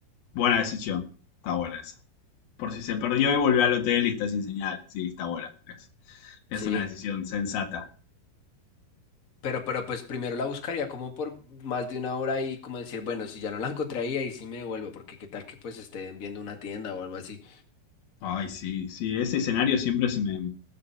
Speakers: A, on the left (about 70°); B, on the left (about 30°).
A: buena decisión, está buena esa. Por si se perdió y volvió al hotel y está sin señal, sí, está buena. Es, es
B: Sí.
A: una decisión sensata.
B: Pero, pero pues primero la buscaría como por más de una hora y como decir, bueno, si ya no la encontré ahí, ahí sí me devuelvo, porque qué tal que pues estén viendo una tienda o algo así.
A: Ay, sí, sí, ese escenario siempre se me,